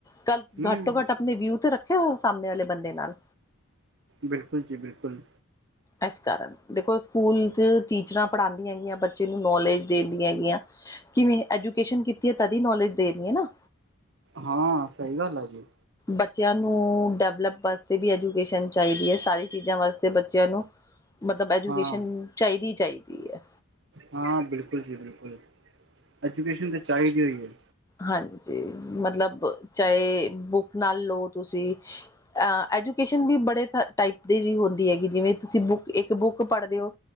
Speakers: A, on the left; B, on the right.
A: ਕੱਲ, ਘੱਟ
B: ਹਮ
A: ਤੋਂ ਘੱਟ ਆਪਣੇ ਵਿਊ ਤੇ ਰੱਖੇ ਉਹ ਸਾਹਮਣੇ ਵਾਲੇ ਬੰਦੇ ਨਾਲ।
B: ਬਿਲਕੁਲ ਜੀ ਬਿਲਕੁਲ।
A: ਇਸ ਕਾਰਨ, ਦੇਖੋ ਸਕੂਲ ਚ ਟੀਚਰਾਂ ਪੜ੍ਹਾਉਂਦੀਆਂ ਹੈਗੀਆਂ ਬੱਚੇ ਨੂੰ ਨੌਲੇਜ ਦਿੰਦੀਆਂ ਹੈਗੀਆਂ। ਕਿਵੇ ਐਜੂਕੇਸ਼ਨ ਕੀਤੀ ਹੈ, ਤਦੀ ਨੌਲੇਜ ਦੇ ਰਹੀ ਹੈ ਨਾ।
B: ਹਾਂ, ਸਹੀ ਗੱਲ ਆ ਜੀ।
A: ਬੱਚਿਆਂ ਨੂੰ ਡਿਵਲਪ ਵਾਸਤੇ ਵੀ ਐਜੂਕੇਸ਼ਨ ਚਾਹੀਦੀ ਹੈ। ਸਾਰੀ ਚੀਜ਼ਾਂ ਵਾਸਤੇ ਬੱਚਿਆਂ ਨੂੰ, ਮਤਲਬ ਐਜੂਕੇਸ਼ਨ
B: ਹਾਂ
A: ਚਾਹੀਦੀ, ਚਾਹੀਦੀ ਹੈ।
B: ਹਾਂ ਬਿਲਕੁਲ ਜੀ ਬਿਲਕੁਲ। ਐਜੂਕੇਸ਼ਨ ਤਾਂ ਚਾਹੀਦੀ ਹੋਈ ਹੈ।
A: ਹਾਂਜੀ, ਮਤਲਬ, ਚਾਹੇ ਬੁੱਕ ਨਾਲ ਲਓ ਤੁਸੀਂ। ਐਜੂਕੇਸ਼ਨ ਵੀ ਬੜੇ ਟਾਈਪ ਦੀ ਹੁੰਦੀ ਹੈਗੀ ਜਿਵੇਂ ਤੁਸੀਂ ਬੁੱਕ ਇੱਕ ਬੁੱਕ ਪੜ੍ਹਦੇ ਹੋ।